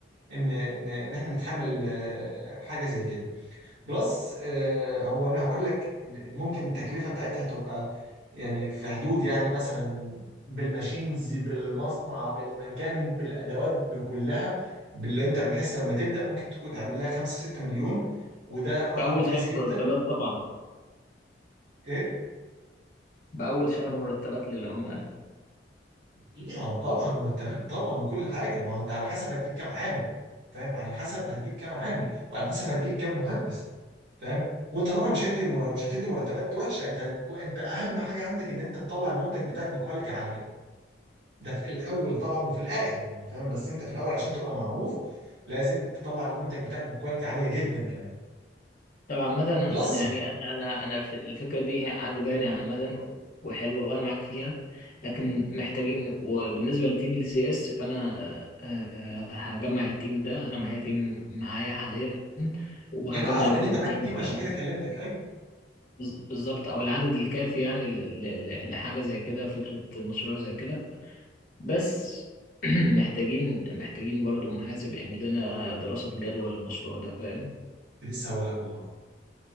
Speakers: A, on the right; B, on the left.
A: ان ان ان احنا نتحمل آه، حاجه زي كده بلس آه، هو انا هقول لك ال- ممكن التكلفه بتاعتها تبقى يعني في حدود يعني مثلا بالماشينز بالمصنع بالمكان بالادوات بكلها باللي انت بنحس لما تبدا ممكن تكون تعمل لها 5 6 مليون وده رقم
B: بأول
A: كويس
B: شهر
A: جدا
B: مرتبات طبعا
A: إيه؟
B: بأول شهر مرتبات للعمال
A: يعني طبعا مرتبات طبعا وكل حاجه ما هو انت على حسب هتجيب كام عامل فاهم على حسب هتجيب كام عامل وعلى حسب هتجيب كام مهندس فاهم وانت طبعا مش هتدي مر... مش هتدي مرتبات وحشه انت هتكو... انت اهم حاجه عندك ان انت تطلع المنتج بتاعك بكواليتي عاليه ده في الاول طبعا وفي الاخر يعني فاهم بس انت في الاول عشان تبقى معروف لازم تطلع المنتج بتاعك بكواليتي عاليه جدا كمان
B: طب عامة أنا
A: بلس
B: أنا يعني أنا أنا أنا في الفكرة دي هي عجباني عامة وحلوة وأنا معاك فيها لكن محتاجين وبالنسبة لتيم ال سي اس فأنا آه، آه، هجمع التيم ده أنا معايا تيم معايا حاليا وهجمع
A: انا عارف
B: برضو
A: ان انت
B: التيم
A: معاك تيم
B: أو العدد
A: عشان كده كلمتك ايوه
B: بز- بالظبط أو العدد الكافي يعني ل- ل- ل- لحاجة زي كده فكرة مشروع زي كده بس <clears throat> محتاجين محتاجين برضو محاسب يعمل لنا دراسة جدوى للمشروع ده فاهم
A: كنت لسه هقول لك والله